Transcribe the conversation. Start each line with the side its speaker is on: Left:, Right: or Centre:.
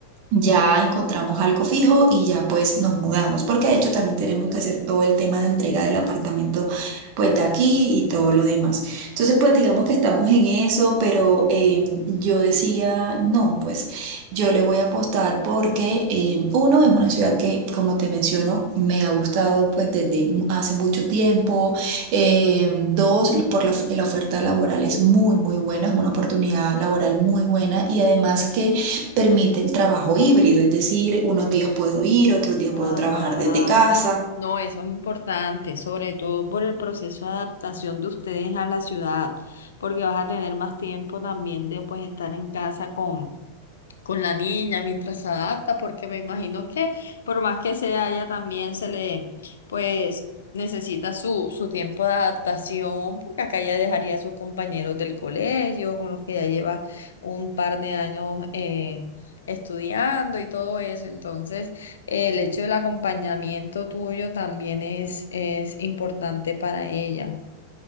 Right: ya encontramos algo fijo y ya pues nos mudamos, porque de hecho también tenemos que hacer todo el tema de entrega del apartamento pues de aquí y todo lo demás. Entonces pues digamos que estamos en eso, pero eh, yo decía, no, pues yo le voy a apostar porque eh, uno es una ciudad que como te menciono me ha gustado pues desde mu- hace mucho tiempo, Eh, dos, por la, of- la oferta laboral es muy muy buena, es una oportunidad laboral muy buena y además que permite el trabajo híbrido, es decir, unos días puedo ir, otros días
Left: Ah,
Right: puedo trabajar desde casa.
Left: no, eso es importante, sobre todo por el proceso de adaptación de ustedes a la ciudad, porque vas a tener más tiempo también de pues estar en casa con con la niña mientras se adapta, porque me imagino que por más que sea ella también se le, pues necesita su, su tiempo de adaptación, porque acá ya dejaría a sus compañeros del colegio, con los que ya lleva un par de años eh, estudiando y todo eso. Entonces, eh, el hecho del acompañamiento tuyo también es, es importante para ella.